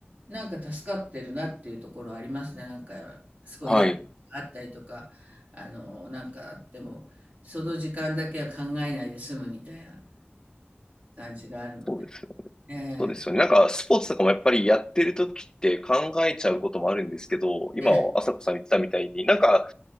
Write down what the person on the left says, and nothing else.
はい。
そうですよね。
そうですよね。なんかスポーツとかもやっぱりやってる時って考えちゃうこともあるんですけど、今、
朝子さん言ってたみたいに、なんか